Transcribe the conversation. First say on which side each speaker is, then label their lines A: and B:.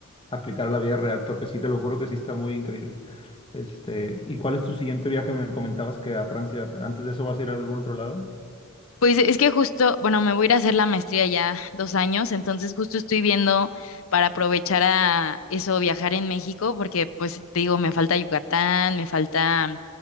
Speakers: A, on the left (about 25°); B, on the left (about 65°).
A: aplicar a la vida real, porque sí, te lo juro que sí está muy increíble. Este, ¿y cuál es tu siguiente viaje? Me comentabas que a Francia, antes de eso vas a ir a algún otro lado.
B: Pues es que justo, bueno, me voy a ir a hacer la maestría ya dos años, entonces justo estoy viendo para aprovechar a eso, viajar en México, porque pues te digo, me falta Yucatán, me falta,